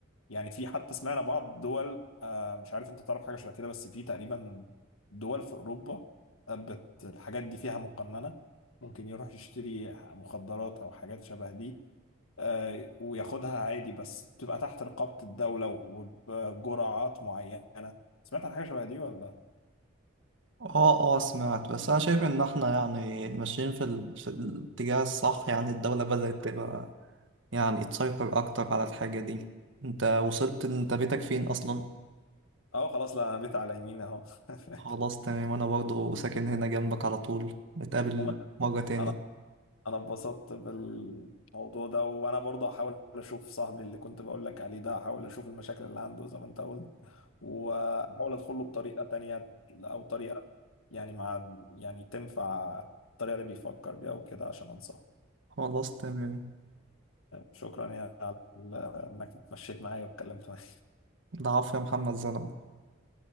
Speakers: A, on the left; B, on the right.
A: يعني في حتى سمعنا بعض دول آه، مش عارف انت تعرف حاجه شبه كده بس في تقريبا دول في اوروبا آه، بت الحاجات دي فيها مقننه ممكن يروح يشتري مخدرات او حاجات شبه دي آه، وياخدها عادي بس بتبقى تحت رقابه الدوله وبجرعات معينه سمعت عن حاجه شبه دي ولا
B: اه اه سمعت بس انا شايف ان احنا يعني ماشيين في, ال... في الاتجاه الصح يعني الدولة بدأت تبقى يعني تسيطر اكتر على الحاجة دي انت وصلت انت بيتك فين اصلا
A: اه خلاص لا انا بيت على يمين اهو
B: خلاص
A: <laughs>
B: تمام انا برضو ساكن هنا جنبك على طول نتقابل
A: عموماً
B: مرة تاني
A: انا انا اتبسطت بالموضوع ده وانا برضه هحاول اشوف صاحبي اللي كنت بقول لك عليه ده هحاول اشوف المشاكل اللي عنده زي ما انت قلت واحاول ادخله بطريقة تانية او طريقة يعني مع يعني تنفع الطريقة اللي بيفكر بيها وكده عشان انصحه
B: خلاص تمام
A: شكرا يعني على ال- انك اتمشيت معايا واتكلمت معايا
B: ضعاف يا محمد زلمة